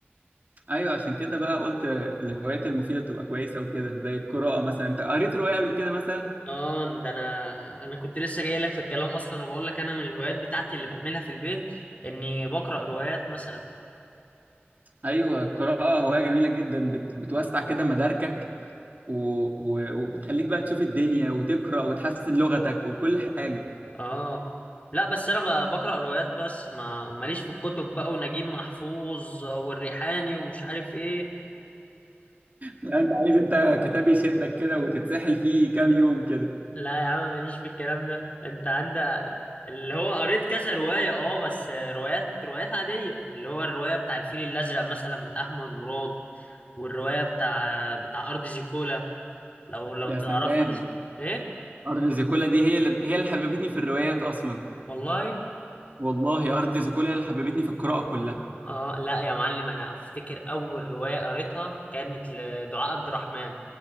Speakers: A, on the right (about 40°); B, on the left (about 35°).
A: ايوه عشان كده بقى قلت الهوايات المفيده تبقى كويسه وكده زي القراءه مثلا انت قريت روايه قبل كده مثلا
B: اه ده انا انا كنت لسه جاي لك في الكلام اصلا وبقول لك انا من الهوايات بتاعتي اللي بعملها في البيت اني بقرا روايات مثلا
A: ايوه القراءه هوايه جميله جدا بت... بتوسع كده مداركك و... و... وبتخليك بقى تشوف الدنيا وتقرا وتحسن لغتك وكل حاجه
B: اه لا بس انا ب- بقرا روايات بس ما ماليش في الكتب بقى ونجيب محفوظ والريحاني ومش عارف ايه
A: لا انت عايز انت كتاب يشدك كده وتتسحل فيه كام يوم كده
B: لا يا عم ماليش في الكلام ده انت عندك اللي هو قريت كذا روايه اه بس روايات روايات عاديه اللي هو الروايه بتاع الفيل الازرق مثلا بتاع احمد مراد والروايه بتاع بتاع ارض زيكولا لو لو
A: يا
B: تعرفها
A: سلام
B: تسمع ايه
A: ارض زيكولا دي هي اللي... هي اللي حببتني في الروايات اصلا
B: والله
A: والله أرض زيكولا هي اللي حببتني في القراءة كلها
B: اه لا يا معلم انا افتكر اول روايه قريتها كانت لدعاء عبد الرحمن